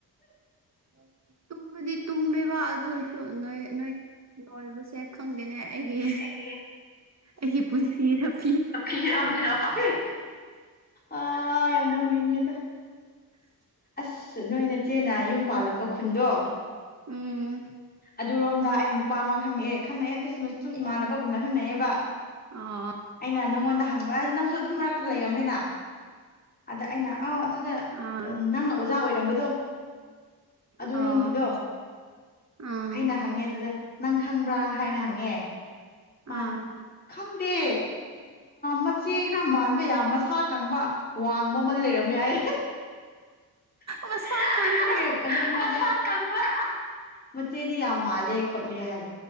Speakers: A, on the right; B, on the left.
A: <unintelligible> ꯇꯨꯝꯕꯗꯤ ꯇꯨꯝꯃꯦꯕ ꯑꯗꯨ ꯅꯣꯏ ꯅꯣꯏ ꯅꯣꯏꯕꯁꯦ ꯈꯪꯗꯦꯅꯦ ꯑꯩꯒꯤ
B: ꯑꯩꯒꯤ
A: ꯑꯩꯒꯤ ꯄꯨꯟꯁꯤ <unintelligible>
B: <unintelligible> ꯑꯥ ꯌꯥꯝ ꯅꯣꯅꯤꯡꯉꯦꯗ
A: <unintelligible>
B: ꯑꯁ ꯅꯣꯏ ꯅ ꯆꯦꯅ ꯌꯨꯝ ꯄꯥꯜꯂꯝꯕ ꯈꯨꯟꯗꯣ
A: ꯎꯝ
B: ꯑꯗꯨꯔꯣꯝꯗ ꯑꯩ ꯅꯨꯄꯥ ꯑꯃ ꯈꯪꯅꯩꯑꯦ ꯈꯪꯅꯩ ꯍꯥꯏꯕꯗꯤ ꯁꯨꯝ ꯁꯨꯝ ꯏꯃꯥꯟꯅꯕꯒꯨꯝꯅ ꯈꯪꯅꯩꯌꯦꯕ
A: ꯑꯥ
B: ꯑꯩꯅ ꯅꯪꯉꯣꯟꯗ ꯍꯪꯕ ꯍꯥꯏꯁꯤ ꯅꯪꯁꯨ ꯑꯗꯨꯝ ꯃꯔꯛꯇ ꯂꯩꯔꯝꯃꯤꯅ ꯑꯗ ꯑꯩꯅ ꯑꯥ ꯑꯗꯨꯗ
A: ꯑꯥ
B: ꯅꯪꯅ ꯑꯣꯖꯥ ꯑꯣꯏꯔꯝꯕꯗꯣ ꯑꯗꯨ
A: ꯑꯣ
B: ꯔꯣꯝꯒꯤꯗꯣ
A: ꯑꯥ
B: ꯑꯩꯅ ꯍꯪꯉꯦ ꯑꯗꯨꯗ ꯅꯪ ꯈꯪꯕ꯭ꯔꯥ ꯍꯥꯏꯅ ꯍꯪꯉꯦ
A: ꯑꯥ
B: ꯃꯥꯅ ꯈꯪꯗꯦ ꯃꯆꯦ ꯈꯔ ꯃꯥꯟꯕ ꯌꯥꯝ ꯃꯁꯥ ꯀꯪꯕ ꯋꯥꯡꯕ ꯑꯃꯗꯤ ꯂꯩꯔꯝ ꯌꯥꯏ <unintelligible>
A: ꯃꯁꯥ ꯀꯪꯕ
B: ꯃꯆꯦꯗꯤ ꯌꯥꯝ ꯃꯥꯜꯂꯦ ꯈꯣꯠꯂꯦ ꯍꯥꯏ